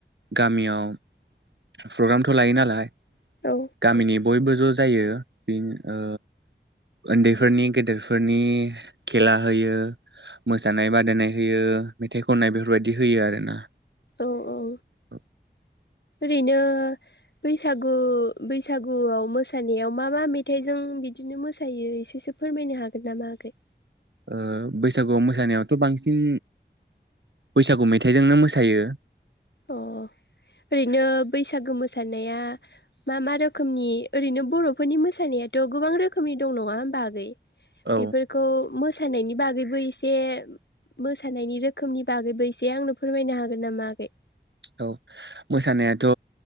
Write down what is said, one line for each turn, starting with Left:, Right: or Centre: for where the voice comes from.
Right: गामियाव प्रग्रामथ' लायो नालाय
Left: औ
Right: गामिनि बयबो ज' जायो बे ओ उन्दैफोरनि गेदेरफोरनि खेला होयो मोसानाय बादायनाय होयो। मेथाइ खननाय बेफोरबायदि होयो आरो ना।
Left: औ औ
Right: औ।
Left: ओरैनो बैसागु बैसागुआव मोसानायाव मा मा मेथाइजों बिदिनो मोसायो एसे एसे फोरमायनो हागोन नामा आगै?
Right: ओ बैसागुआव मोसानायावथ' बांसिन बैसागु मेथाइजोंनो मोसायो।
Left: अ ओरैनो बैसागो मोसानाया मा मा रोखोमनि ओरैनो बरफोरनि मोसानायाथ गोबां रोखोमनि दं नंङा होमबा आगै?
Right: औ
Left: बेफोरखौ मोसानायनि बागैबो एसे मोसानायनि रोखोमनि बागैबो एसे आंनो फोरमायनो हागोन नामा आगै?
Right: औ मोसानायाथ